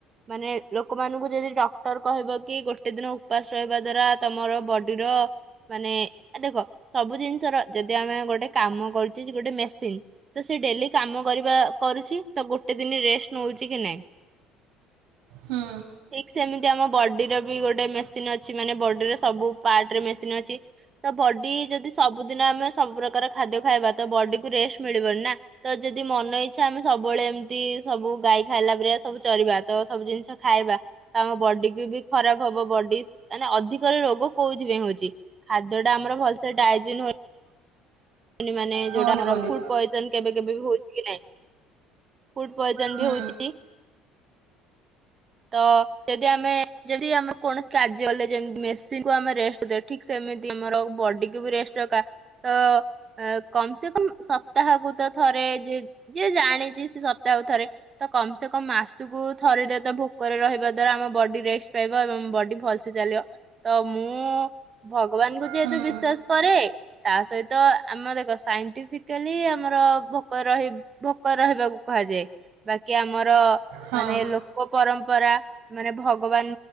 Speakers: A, on the right; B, on the right.
A: ମାନେ ଲୋକମାନଙ୍କୁ ଯଦି ଡକ୍ଟର କହିବ କି ଗୋଟେ ଦିନ ଉପାସ ରହିବା ଦ୍ଵାରା ତମର ବଡିର ମାନେ କଣ ସବୁ ଜିନିଷର ଯଦି ଆମେ ଗୋଟେ କାମ କରୁଛେ ଗୋଟେ ମେସିନ ତ ସେ ଡେଲି କାମ କରିବା କରୁଛି ତ ଗୋଟେ ଦିନି ରେଷ୍ଟ ନଉଛି କି ନାଇଁ?
B: ହୁଁ।
A: ଠିକ୍ ସେମିତି ଆମ ବଡିର ବି ଗୋଟେ ମେସିନ ଅଛି ମାନେ ବଡିର ସବୁ ପାର୍ଟରେ ମେସିନ ଅଛି। ତ ବଡି ଯଦି ସବୁଦିନ ଆମେ ସବୁ ପ୍ରକାର ଖାଦ୍ୟ ଖାଇବା ତ ବଡିକୁ ରେଷ୍ଟ ମିଳିବନି ନା। ତ ଯଦି ମନ ଇଚ୍ଛା ଆମେ ସବୁବେଳେ ଏମତି ସବୁ ଗାଈ ଖାଇଲା ପରିକା ସବୁ ଚରିବା ତ ସବୁ ଜିନିଷ ଖାଇବା। ତ ଆମ ବଡିକୁ ବି ଖରାପ ହବ ବଡି ମାନେ ଅଧିକରେ ରୋଗ କୋଉଥିପାଇଁ ହଉଛି? ଖାଦ୍ୟଟା ଆମର ଭଲସେ ଡାଇଜିନ୍ ହଉ ନି ମାନେ
B: ହେଉନି
A: ଯୋଉଟା ଆମର
B: ବୋଲି
A: ଫୁଡ ପଏଜନ କେବେ କେବେ ବି ହଉଛି କି ନାଇଁ? ଫୁଡ ପଏଜନ
B: ହୁଁ
A: ବି ହଉଛି। ତ ଯଦି ଆମେ ଯେମତି ଆମେ କୌଣସି କାର୍ଯ୍ୟଲେ ଯେମତି ମେସିନକୁ ଆମେ ରେଷ୍ଟ ଦେଉ ଠିକ ସେମିତି ଆମର ବଡିକୁୁ ବି ରେଷ୍ଟ ଦରକାର ତ ଅ କମସେକମ୍ ସପ୍ତାହକୁ ତ ଥରେ ଯେ ଯିଏ ଜାଣିଛି ସେ ସପ୍ତାହକୁ ଥରେ ତ କମ୍ ସେ କମ୍ ମାସକୁ ଥରେଟେ ତ ଭୋକରେ ରହିବା ଦ୍ଵାରା ଆମ ବଡି ରେଷ୍ଟ୍ ପାଇବ ଏବଂ ବଡି ଭଲ ସେ ଚାଲିବ ତ ମୁଁ ଭଗବାନଙ୍କୁ ଯେହେତୁ
B: ହୁଁ
A: ବିଶ୍ଵାସ କରେ ତା ସହିତ ଆମ ଦେଖ ସାଇଣ୍ଟିଫିକାଲି ଆମର ଭୋକରେ ଭୋକରେ ରହିବାକୁ କୁହାଯାଏ। ବାକି ଆମର
B: ହଁ
A: ମାନେ ଲୋକ ପରମ୍ପରା ମାନେ ଭଗବାନ